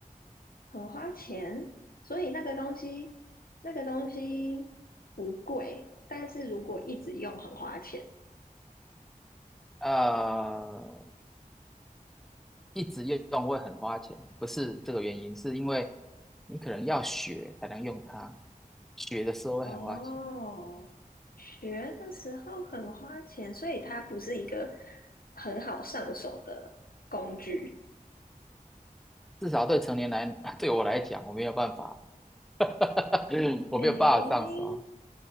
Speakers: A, on the left; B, in the centre.
A: 很花钱，所以那个东西，那个东西不贵，但是如果一直用很花钱。
B: 呃，一直用会很花钱，不是这个原因，是因为你可能要学才能用它，学的时候会很花钱，
A: 哦，学的时候很花钱，所以它不是一个很好上手的工具。
B: 至少对成年男，<laughs> 对我来讲，我没有办法，<laughs> 我没有办法上手。
A: 诶，